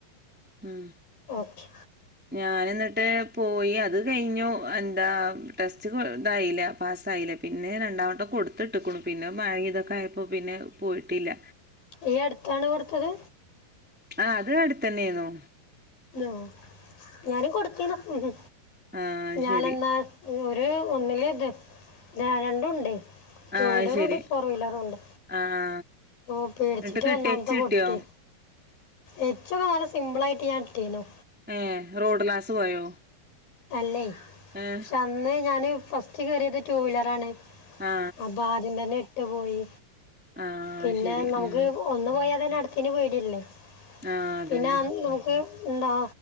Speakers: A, in the centre; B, on the left (about 65°).
A: ഉം
B: ഓക്കെ
A: ഉ ഞാനെന്നിട്ട് പോയി അത് കഴിഞ്ഞു എന്താ ടെസ്റ്റ് കോ ഇതായില്ല പാസ്സായില്ലേ പിന്നെ രണ്ടാ വട്ടം കൊടുത്തിട്ടക്കണു പിന്നെ മഴ ഇതൊക്കെ ആയപ്പോൾ പിന്നെ പോയിട്ടില്ല
B: ഈ അടുത്താണ് കൊടുത്തത്
A: ആഹ് അത് അടുത്തന്നെ ആയിന്നു
B: ഓ ഞാന് കൊടുത്തിന്ന് ഉം
A: ആ അത്
B: ഞാനെന്ന
A: ശരി
B: ഒരു ഒന്നില ഇത് ആഹ് രണ്ടും ഉണ്ടേ ടു
A: ആ
B: വീലറുണ്ട്
A: അത് ശരി
B: ഫോർ വീലറുണ്ട്
A: ആ ആ
B: ഓ പേടിച്ചിട്ട്
A: എന്നിട്ട് കെട്ടിയേച്ച്
B: ഒന്നാമത്തെ
A: കിട്ടിയോ
B: പൊട്ടി ഏച്ചോക്ക നല്ല സിമ്പിൾ ആയിട്ട് ഞാൻ ഇിട്ടീനോ
A: ഏ റോഡ് ലാസ് പോയോ
B: അല്ലേ
A: ഏ
B: പക്ഷ അന്ന് ഞാന് ഫസ്റ്റ് കേറിയത് ടു വീലർ ആണ്
A: ആ
B: അപ്പ ആദ്യം തന്നെ ഇട്ട് പോയി
A: ആ
B: പിന്നെ
A: അത് ശരി
B: നമുക്ക്
A: ഉം
B: ഒന്ന് പോയാതന്നെ അടുത്തയ്ന് പേടി അല്ലേ
A: ആ അതന്നെ
B: പിന്നെന്ന് എന്താ